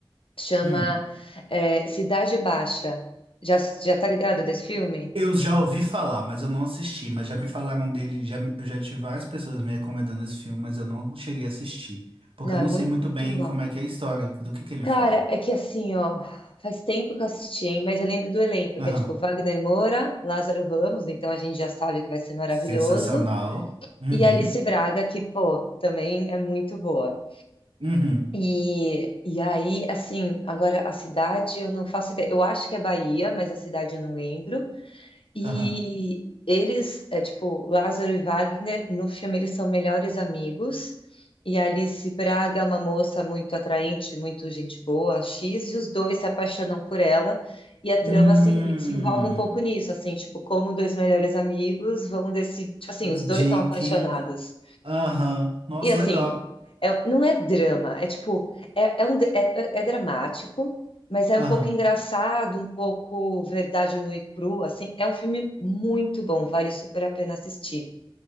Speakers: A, on the left (about 75°); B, on the right (about 80°).
A: Chama
B: Hum.
A: é, Cidade Baixa. Já, já tá ligado desse filme?
B: Eu já ouvi falar, mas eu não assisti, mas já me falaram dele, já, me- eu já tive várias pessoas me recomendando esse filme, mas eu não cheguei a assistir, porque
A: Não,
B: eu
A: é
B: não
A: muito
B: sei muito bem
A: bom.
B: como é que é a história, do que que ele
A: Cara,
B: fala.
A: é que assim, ó, faz tempo que eu assisti, hein? Mas eu lembro do elenco,
B: Aham.
A: que é tipo Wagner Moura, Lázaro Ramos, então a gente já sabe que vai ser maravilhoso.
B: Sensacional. Uhum.
A: E Alice Braga, que, pô, também é muito boa.
B: Uhum.
A: E, e aí, assim, agora a cidade eu não faço ideia. Eu acho que é Bahia, mas a cidade eu não lembro. E
B: Aham.
A: eles, é tipo, Lázaro e Wagner, no filme eles são melhores amigos. E a Alice Braga é uma moça muito atraente, muito gente boa, X, e os dois se apaixonam por ela. E a
B: Hum.
A: trama se, se envolve um pouco nisso, assim, tipo, como dois melhores amigos vão decidir. Tipo assim,
B: De
A: os dois são apaixonados.
B: quem? Aham. Nossa,
A: E assim,
B: legal.
A: é- não é drama, é tipo, é, é, um, de- é, é dramático, mas é
B: Aham.
A: um pouco engraçado, um pouco verdade nua e crua, assim, é um filme muito bom, vale super a pena assistir.